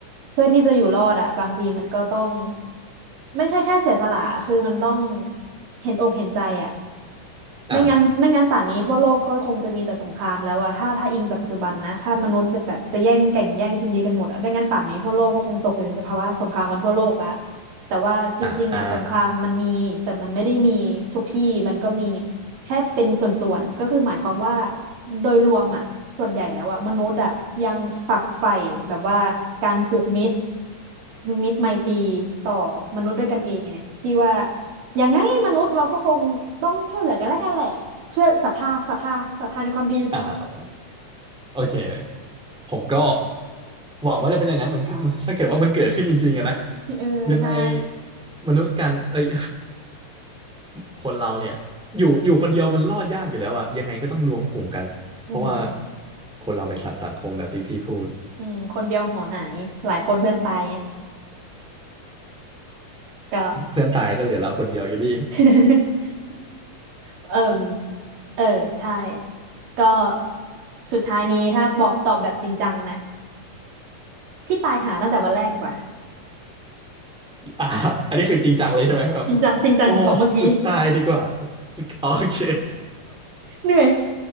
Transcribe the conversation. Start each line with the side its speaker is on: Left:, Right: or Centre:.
Right: เพื่อที่จะอยู่รอดอะบางทีมันก็ต้องไม่ใช่แค่เสียสละคือมันต้องเห็นอกเห็นใจอะ ไม่งั้นไม่งั้นป่านนี้ทั่วโลกก็คงจะมีแต่สงครามแล้วอะถ้าถ้าอิงจากปัจจุบันนะถ้ามนุษย์จะแบบจะแย่งแก่งแย่งชิงดีกันหมดอะไม่งั้นป่านนี้ทั่วโลกก็คงตกอยู่ในสภาวะสงครามกันทั่วโลกละ
Centre: อ่า
Right: แต่ว่าจริงๆอะสงครามมันมีแต่มันไม่ได้มีทุกที่มันก็มี
Centre: อ่าอ่า
Right: แค่เป็นส่วนๆก็คือหมายความว่าโดยรวมอะส่วนใหญ่แล้วอะมนุษย์อะยังฝักใฝ่แบบว่าการผูกมิตรมิตรไมตรีต่อมนุษย์ด้วยกันเองไงพี่ว่า ยังไงมนุษย์เราก็คงต้องช่วยเหลือกันแล้วกันแหละเชื่อศรัทธาศรัทธาศรัทธาในความดี
Centre: อ่าโอเคผมก็หวังว่าจะเป็นอย่างนั้นเหมือนกันถ้าเกิดว่ามันเกิดขึ้นจริงๆอะนะ
Right: เออใช่
Centre: ยังไงมนุษย์กันเอ้ย <laughs> คนเราเนี่ยอยู่อยู่คนเดียวมันรอดยากอยู่แล้วอะยังไงก็ต้องรวมกลุ่มกัน เพราะว่า
Right: อืม
Centre: คนเราเป็นสัตว์สังคมแบบที่พี่พูด
Right: อืมคนเดียวหัวหายหลายคนเพื่อนตายไงก็
Centre: เพื่อนตายก็เหลือเราคนเดียวอยู่ดี
Right: <laughs> เออเออใช่ก็สุดท้ายนี้ถ้าบอกตอบแบบจริงจังนะพี่ตายหาตั้งแต่วันแรกดีกว่า
Centre: อ่าอันนี้คือจริงจังเลยใช่ไหมแบบ
Right: จริงจังจริงจังกว่าเมื่อกี้
Centre: โอ้กูตายดีกว่าโอเค
Right: เหนื่อย